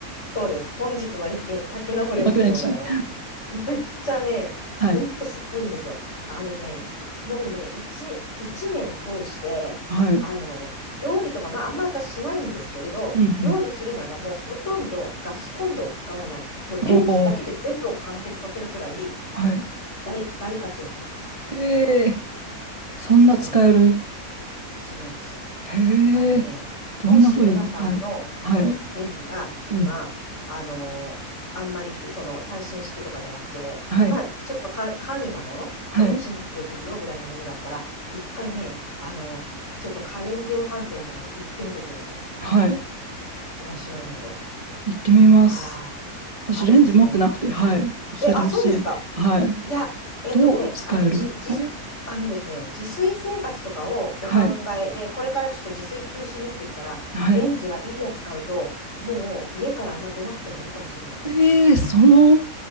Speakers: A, on the left (about 50°); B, on the right (about 30°).
A: そうです。本日の一品、多機能レンジでございます。
B: 爆いし、
A: ちゃね、
B: はい、
A: ほんとすごいんですよ。あのね、もうね、一一年通して、
B: はい。
A: あの、料理とか、まあ、あんま私しないんですけど、
B: うんうん。
A: 料理するならもうほとんどガスコンロを使わない。もうレンジだけで全部を完結させるくらい
B: おお、はい。
A: 大、大活躍です。
B: ええ、
A: あれは。
B: そんな使える。
A: すごい。すごいですよ。
B: へえ、
A: あのね、
B: どんな風にはい、
A: もし、ナナさんの、
B: はい。
A: その、レンジが、
B: うん、
A: 今、あのーあんまり、その、最新式とかじゃなくて、
B: はい、
A: まあ、ちょっとか簡易なもの、
B: はい、
A: その、チンできるよぐらいのものだったら、一回ね、あのちょっと家電量販店とかに行ってみてください。
B: はい。
A: 面白いので。
B: 行ってみます。
A: あ
B: 私、
A: あ、あのですね。
B: レンジ持ってなくて、はい。教えてほしい。
A: え、あ、そうですか。
B: はい。
A: いや、えっとね、
B: どう使えるはい。
A: あの、じ、じ、あのですね、自炊生活とかをお考えで、
B: はい。
A: これからちょっと自炊中心にって言ったら、
B: はい。
A: レンジはいいやつ買うと、もう家からあんま出なくてもいいかもしれないです。
B: ええその